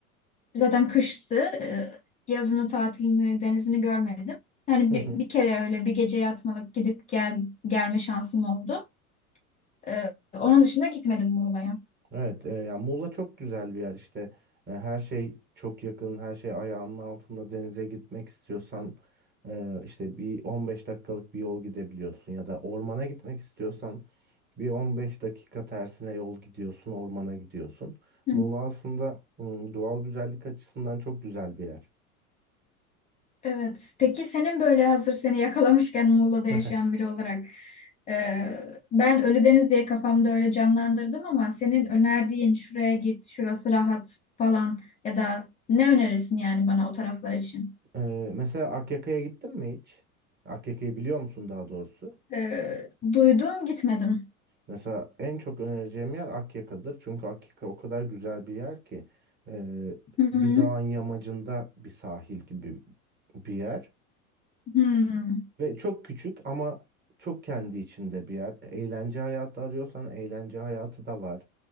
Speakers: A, on the left; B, on the right.
A: Zaten kıştı. Ee, yazını, tatilini, denizini görmedim. Yani
B: Hı
A: bir,
B: hı.
A: bir kere öyle bir gece yatmalık gidip gel, gelme şansım oldu. Ee, onun dışında gitmedim Muğla'ya.
B: Evet, e, yani Muğla çok güzel bir yer işte. E, her şey çok yakın, her şey ayağının altında. Denize gitmek istiyorsan e, işte bir 15 dakikalık bir yol gidebiliyorsun ya da ormana gitmek istiyorsan bir 15 dakika tersine yol gidiyorsun, ormana gidiyorsun.
A: Hı.
B: Muğla aslında ım, doğal güzellik açısından çok güzel bir yer.
A: Evet. Peki senin böyle hazır seni yakalamışken Muğla'da
B: <laughs>
A: yaşayan biri olarak e, ben Ölüdeniz diye kafamda öyle canlandırdım ama senin önerdiğin şuraya git, şurası rahat falan ya da ne önerirsin yani bana o taraflar için?
B: Ee, mesela Akyaka'ya gittin mi hiç? Akyaka'yı biliyor musun daha doğrusu?
A: Ee, duydum gitmedim.
B: Mesela en çok önereceğim yer Akyaka'dır. Çünkü Akyaka o kadar güzel bir yer ki e,
A: Hı
B: bir
A: hı.
B: dağın yamacında bir sahil gibi bir yer.
A: Hı
B: Ve çok küçük ama çok kendi içinde bir yer. Eğlence hayatı arıyorsan eğlence hayatı da var.